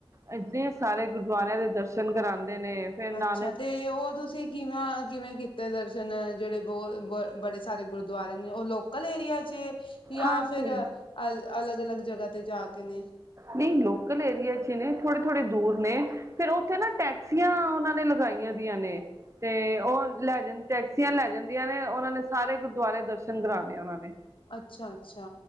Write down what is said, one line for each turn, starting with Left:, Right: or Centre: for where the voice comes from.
Right: ਏਨੇ ਸਾਰੇ ਗੁਰਦੁਆਰਿਆਂ ਦੇ ਦਰਸ਼ਨ ਜਾਂਦੇ ਨੇ ਫੇਰ ਨਾਨਕ
Left: ਅੱਛਾ! ਤੇ ਉਹ ਤੁਸੀਂ ਕਿਵੇਂ-ਕਿਵੇਂ ਕੀਤੇ ਦਰਸ਼ਨ ਜਿਹੜੇ ਬਹੁ ਬ ਬੜੇ ਸਾਰੇ ਗੁਰਦੁਆਰੇ ਨੇ ਉਹ ਲੋਕਲ ਏਰੀਆ ਯਾ
Right: ਹਾਂਜੀ
Left: ਫੇਰ ਅ ਅਲੱਗ-ਅਲੱਗ ਜਗ੍ਹਾ ਤੇ ਜਾ ਕੇ ਨੇ?
Right: ਨਹੀਂ ਲੋਕਲ ਏਰੀਏ ਚ ਈ ਨੇ, ਥੋੜੇ-ਥੋੜੇ ਦੂਰ ਨੇ, ਫੇਰ ਉੱਥੇ ਨਾ ਟੈਕਸੀਆਂ ਉਹਨਾਂ ਨੇ ਲਗਾਈਆਂ ਦੀਆਂ ਨੇ ਤੇ ਉਹ ਲੈ ਜਾਨ, ਟੈਕਸੀਆਂ ਲੈ ਜਾਂਦੀਆਂ ਨੇ ਉਹਨਾਂ ਨੇ ਸਾਰੇ ਗੁਰਦੁਆਰੇ ਦਰਸ਼ਨ ਕਰਾਨੇ ਉਹਨਾਂ ਨੇ।
Left: ਅੱਛਾ-ਅੱਛਾ,